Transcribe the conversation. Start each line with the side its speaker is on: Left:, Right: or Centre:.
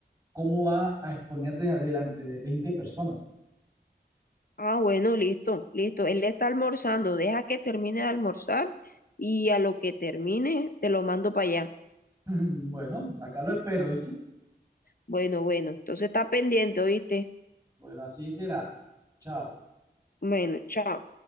Right: cómo va a exponer de, delante de veinte personas. <laughs>
Left: Ah, bueno, listo, listo. Él está almorzando, deja que termine de almorzar y a lo que termine te lo mando para allá.
Right: Bueno, acá lo espero, ¿viste?
Left: Bueno, bueno, entonces está pendiente, ¿oíste?
Right: Bueno, así será. Chao.
Left: Bueno, chao.